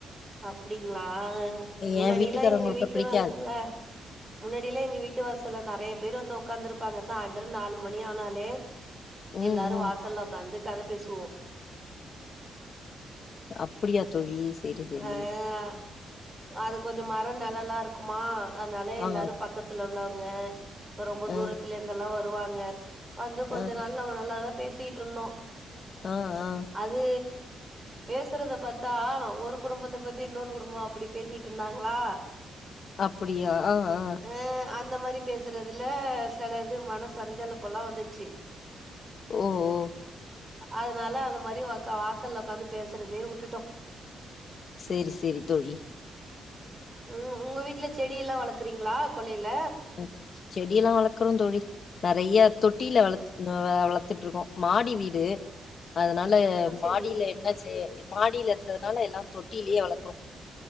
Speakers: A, on the right; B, on the left.
A: அப்டிங்களா முன்னாடியல்லா
B: ஏ வீட்டுக்காரவங்களுக்கு
A: எங்க வீட்டு
B: பிடிக்காது
A: வாசல்ல முன்னாடியில எங்க வீட்டு வாசல நேறய பேர் வந்து உட்காந்துருப்பாங்க சாயந்திர நாலு மணி ஆனாலே
B: ம்
A: எல்லாரு
B: ம்
A: வாசல்ல உடக்காந்து கதை பேசுவோ
B: அப்படியா தோழி செரி செரி
A: அஹ் அது கொஞ்சோ மரம் நிலல்லா இருக்குமா அதனால எல்லாரு
B: ஆ
A: பக்கத்து <unintelligible> உள்ளவங்க ரொம்ப தூரத்துல
B: ஆ
A: இருந்துெல்லா வருவாங்க வந்து கொஞ்சோ
B: ஆ
A: நாள் அவங்க நல்லாதா பேசிட்டு இருந்தோ
B: ஆ ஆ
A: அது பேசுறத பத்தா ஒரு குடும்பத்த பத்தி இன்னொரு குடும்ப அப்படி பேசிட்டு இருந்தாங்களா
B: அப்படியா ஆ ஆ
A: ஆ அந்த மாதிரி பேசுறதுல சில இது மன சஞ்சலப்பெல்லா வந்துச்சு
B: ஓ ஓ
A: அதனால அந்த மாரி வாசல்ல உடக்காந்து பேசுறதே விட்டுட்டோ
B: சேரி சேரி தோழி
A: ம் உங்க வீட்டுல செடி எல்லா வளர்க்கறீங்களா கொல்லையில
B: ம் செடிய எல்லா வளக்கரரோ தோழி நெறைய தொட்டியில வள வளர்த்துட்டு இருக்கோ மாடி வீடு அதனால
A: அ செரி
B: மாடியில என்ன செய் மாடியில இருக்கிறதுனால எல்லா தொட்டிலேயே வளர்க்கறோ